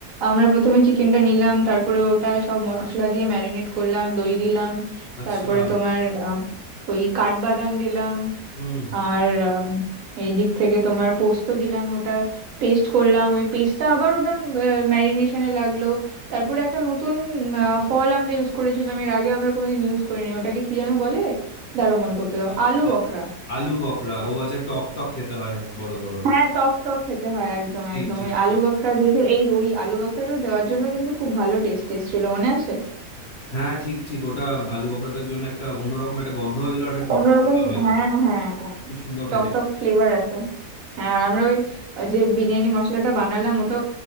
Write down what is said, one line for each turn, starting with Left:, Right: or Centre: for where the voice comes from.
Right: আমরা প্রথমে চিকেনটা নিলাম তারপরে ওটা সব মশলা দিয়ে ম্যারিনেট করলাম দই দিলাম
Left: আচ্ছা
Right: তারপরে তোমার আহ, ওই কাঠবাদাম দিলাম
Left: হুম
Right: আর উম, এই দিক থেকে তোমার পোস্ত দিলাম ওটা পেস্ট করলাম ওই পেস্টটা আবার ওটা ম্যারিনেশনে লাগলো তারপরে একটা নতুন আহ, ফল আমরা ইউজ করেছিলাম এর আগে আমরা কোনোদিন ইউজ করিনি ওটাকে কি যেন বলে দাঁড়াও মনে করতে
Left: আচ্ছা,
Right: দাও আলু
Left: আচ্ছা।
Right: বখরা
Left: আলু বকরা ও আচ্ছা টক টক খেতে হয় বড় বড়
Right: হ্যাঁ টক টক খেতে হয় একদম
Left: ঠিক
Right: একদম
Left: ঠিক
Right: ওই
Left: ঠিক
Right: আলু বখরা দিয়েছে এই ওই আলু বখরাটা দেওয়ার জন্য কিন্তু খুব ভালো টেস্ট টেস্ট ছিল মনে আছে
Left: হ্যাঁ ঠিক ঠিক ওটা আলু বকরাটার জন্য একটা অন্যরকম একটা গন্ধ এলো আর একটা টক
Right: অন্যরকম
Left: টক ভাব এলো
Right: হ্যাঁ হ্যাঁ হ্যাঁ,
Left: খুব সুন্দর
Right: টক
Left: খেতে
Right: টক ফ্লেভার আছে হ্যাঁ আর আমরা ওই ওই যে বিরিয়ানি মশলাটা বানালাম ওটা